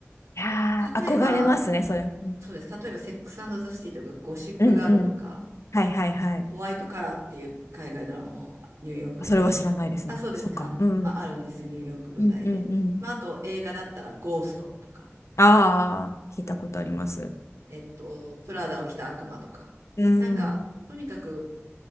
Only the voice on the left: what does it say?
いやー、
憧れますね、それ。うん
うんうん。はいはいはい。
あそれは知らないですね。
そっか。うん。
うんうんうん。
ああ、聞いたことあります。
うん。